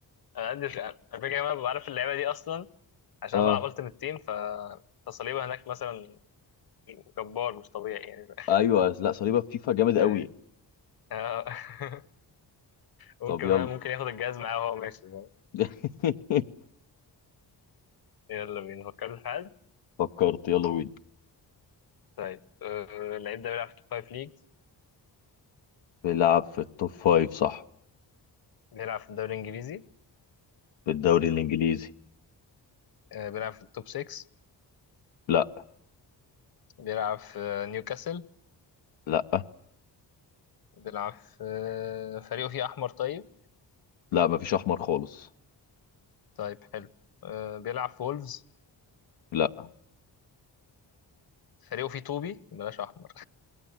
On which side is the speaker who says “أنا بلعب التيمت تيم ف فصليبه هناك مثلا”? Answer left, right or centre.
Left